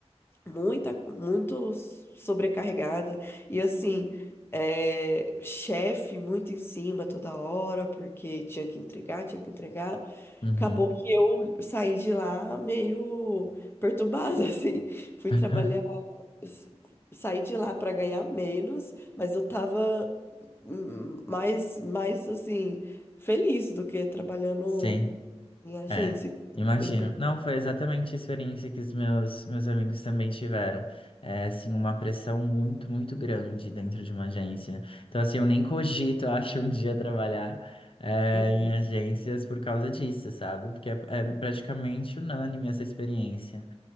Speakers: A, on the left; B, on the left.
A: muita, muito sobrecarregada e assim, é, chefe muito em cima toda hora, porque tinha que entregar, tinha que entregar.
B: Uhum.
A: Acabou que eu saí de lá meio perturbada, <laughs> assim. Fui
B: <laughs>
A: trabalhar, s- saí de lá para ganhar menos, mas eu tava hum, mais, mais assim, feliz do que trabalhando
B: Sim.
A: em agência.
B: É, imagino.
A: Bem perturbada.
B: Não, foi exatamente a experiência que os meus, meus amigos também tiveram. É, assim, uma pressão muito, muito grande dentro de uma agência. Então, assim, eu nem cogito, <laughs> eu acho, um dia trabalhar, é,
A: Uhum.
B: em agências por causa disso, sabe? Porque é, é praticamente unânime essa experiência.